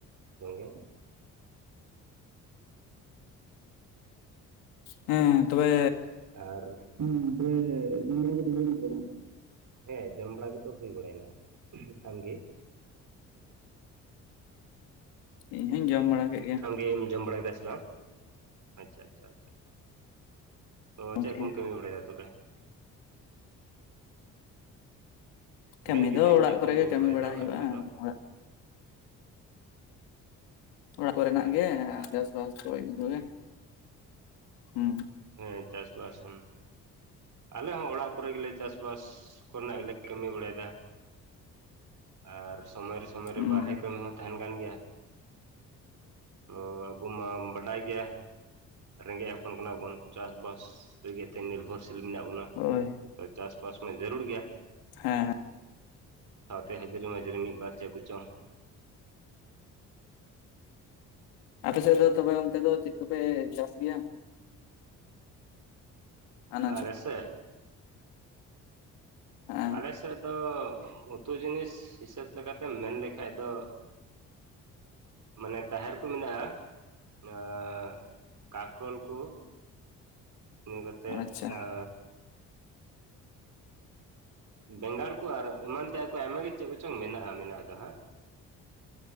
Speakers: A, on the right (about 50°); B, on the left (about 85°).
A: ᱜᱚᱝᱠᱮ
B: ᱦᱮᱸ ᱛᱚᱵᱮᱼᱼ
A: ᱟᱨ ᱦᱮᱸ ᱡᱮᱼᱼ <unintelligible> ᱦᱮᱸ ᱡᱚᱢ ᱵᱟᱲᱟ ᱠᱚᱫᱚ ᱦᱩᱭ ᱵᱟᱲᱟᱭᱮᱱᱟ, ᱟᱢᱜᱮᱼᱼ
B: ᱤᱧ ᱦᱚᱧ ᱡᱚᱢ ᱵᱟᱲᱟ ᱠᱮᱫ ᱜᱮᱭᱟ
A: ᱟᱢᱜᱮᱢ ᱡᱚᱢ ᱵᱟᱲᱟ ᱠᱮᱫᱟ ᱥᱮ ᱵᱟᱝ? ᱟᱪᱪᱷᱟ-ᱟᱪᱪᱷᱟ-ᱟᱪᱪᱷᱟ ᱛᱚ ᱪᱮᱜ
B: ᱠᱮᱜᱼᱟ᱾
A: ᱠᱚᱢ ᱠᱟᱹᱢᱤ ᱵᱟᱲᱟᱭᱮᱫᱟ ᱛᱚᱵᱮ? ᱢᱮᱱ
B: ᱠᱟᱹᱢᱤ
A: ᱠᱤᱫᱟᱹᱧ
B: ᱫᱚ ᱚᱲᱟᱜ
A: ᱪᱮᱫ ᱠᱚᱢ
B: ᱠᱚᱨᱮ ᱜᱮ ᱠᱟᱹᱢᱤ
A: ᱵᱟᱲᱟᱭᱮᱫᱟ
B: ᱵᱟᱲᱟ
A: ᱚᱲᱟᱜ
B: ᱦᱳᱭᱳᱜ-ᱟ,
A: ᱠᱚᱨᱮ ᱫᱚ
B: ᱚᱲᱟᱜᱼᱼ ᱚᱲᱟᱜ ᱠᱚᱨᱮᱱᱟᱜ
A: ᱟᱪᱪᱷᱟ
B: ᱜᱮ ᱪᱟᱥ-ᱵᱟᱥ ᱠᱚᱜᱮ <unintelligible> ᱦᱩᱸ
A: ᱩᱸ ᱪᱟᱥ-ᱵᱟᱥ ᱦᱩᱸ ᱟᱞᱮ ᱦᱚᱸ ᱚᱲᱟᱜ ᱠᱚᱨᱮ ᱜᱮᱞᱮ ᱪᱟ-ᱵᱟᱥ ᱠᱚᱨᱮᱱᱟᱜ ᱜᱮᱞᱮ ᱠᱟᱹᱢᱤ ᱵᱟᱲᱟᱭᱮᱫᱟ, ᱟᱨ ᱥᱚᱢᱚᱭ ᱨᱮ ᱥᱚᱢᱚᱭ
B: ᱦᱩᱸ
A: ᱨᱮ ᱵᱟᱨᱦᱮ ᱠᱟᱹᱢᱤ ᱦᱚᱸ ᱛᱟᱦᱮᱸᱱ ᱠᱟᱱ ᱜᱮᱭᱟ᱾ ᱛᱚ ᱟᱵᱚ ᱢᱟᱢ ᱵᱟᱰᱟᱭ ᱜᱮᱭᱟ, ᱨᱮᱸᱜᱮᱡᱽ ᱦᱚᱯᱚᱱ ᱠᱟᱱᱟ ᱵᱚᱱ ᱪᱟᱥ-ᱵᱟᱥ ᱞᱟᱹᱜᱤᱫ ᱛᱮ ᱱᱤᱨᱵᱷᱚᱨᱥᱤᱞ ᱢᱮᱱᱟᱜ ᱵᱚᱱᱟ,
B: ᱦᱳᱭ
A: ᱛᱚ ᱪᱟᱥ-ᱵᱟᱥ ᱢᱟ ᱡᱟᱹᱨᱩᱲ ᱜᱮᱭᱟ᱾
B: ᱦᱮᱸ-ᱦᱮᱸ
A: ᱥᱟᱸᱣᱛᱮ ᱦᱟᱹᱡᱨᱤ-ᱢᱟᱹᱡᱨᱤ ᱢᱤᱫ ᱵᱟᱨ ᱪᱮᱜ ᱠᱚᱪᱚᱝᱼᱼ
B: ᱟᱯᱮ ᱥᱮᱫ ᱫᱚ ᱛᱚᱵᱮ ᱚᱱᱛᱮ ᱫᱚ ᱪᱮᱫ ᱠᱚᱯᱮ ᱪᱟᱥ ᱜᱮᱭᱟ? ᱟᱱᱟᱡ
A: ᱟᱞᱮ ᱥᱮᱜ,
B: ᱦᱮᱸ
A: ᱟᱞᱮᱥᱮᱫ ᱫᱚ ᱩᱛᱩ ᱡᱤᱱᱤᱥ ᱦᱤᱥᱟᱹᱵ ᱞᱮᱠᱟᱛᱮᱢ ᱢᱮᱱ ᱞᱮᱠᱷᱟᱡ ᱫᱚᱼᱼ ᱢᱟᱱᱮ ᱛᱟᱦᱮ ᱠᱚ ᱢᱮᱱᱟᱜ-ᱟ, ᱟᱸ ᱠᱟᱨᱠᱳᱞ ᱠᱩᱼᱼ <unintelligible> ᱠᱟᱛᱮᱜ
B: ᱟᱪᱪᱷᱟ
A: ᱟᱸᱻ ᱵᱮᱸᱜᱟᱲ ᱠᱚ ᱟᱨ ᱮᱢᱟᱱ ᱛᱮᱭᱟᱜ ᱠᱚ ᱟᱭᱢᱟ ᱜᱮ ᱪᱮᱫ ᱠᱚᱪᱚᱝ ᱢᱮᱱᱟᱜ-ᱟ ᱢᱮᱱᱟᱜ ᱫᱚ ᱦᱟᱸᱜ,